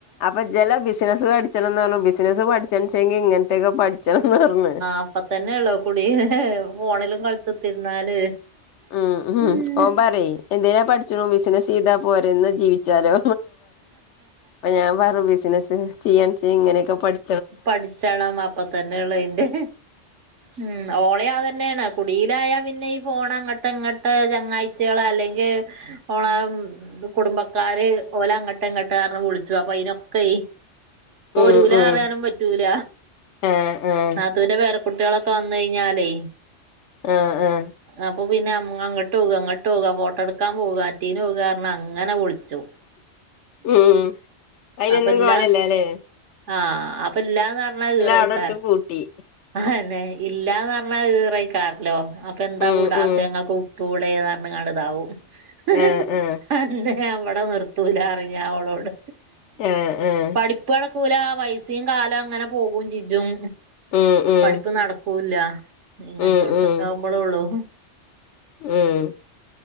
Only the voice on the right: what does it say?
അപ്പ തന്നെയുള്ളോ കുടി ഫോണിലും കളിച്ചത്തിരുന്നാല്.
ആഹ്
പഠിച്ചണം അപ്പൊ തന്നെയള്ളൂ ഇതിന്റെ ഉം ഓളയിന്റെ അതന്നെയാണോ കുടിയിലായാൽ പിന്നെ ഈ ഫോൺ അങ്ങോട്ട് ഇങ്ങട്ട് ചങ്ങായിച്ചിക്കൾ അല്ലെങ്കിൽ ഓള എന്ത് കുടുംബക്കാര് ഓലെ അങ്ങോട്ട അങ്ങോട്ട കാരന വിളിച്ചു അപ്പൊ അതിനൊക്കെ പോരുലന്ന്
പറയാനും പറ്റൂല
നാത്തൂന്റെ പേരക്കുട്ടികളൊക്കെ ഇപ്പ വന്ന് കഴിഞ്ഞാലേ
അപ്പൊ പിന്നെ അങ്ങോട്ട് പോ അങ്ങട്ട് പോക ഫോട്ടോ എടുക്കാൻ പോവറ്റീന് പോക്കാന്ന് പറഞ്ഞ് അങ്ങനെ വിളിച്ചു
അപ്പൊ ഇല്ല
ആഹ് അപ്പൊ ഇല്ലാന്ന് പറഞ്ഞാ കീറിക്കാൻ
ആഹ്ന്നെ ഇല്ലാന്ന് പറഞ്ഞാ കീറായിക്കാറല്ലോ അപ്പൊ എന്താ
കൂടാ
സത്യങ്ങൾക്ക് ഉട്ട കൂടെന്ന് പറഞ്ഞ കണതാവും ഹ്
അന്നെ ഞ അവിടെ നിർത്തൂല അറിഞ്ഞ അവളോട്
പഠിപ്പളക്കൂല ആ പൈസയും കാലം അങ്ങനെ പോകും ചിജും
പഠിപ്പ് നടക്കൂല്ല ഇങ്ങനത്തെ
ഇടത്തൊക്കെ
ആവുമ്പോഴേ ഉള്ളൂ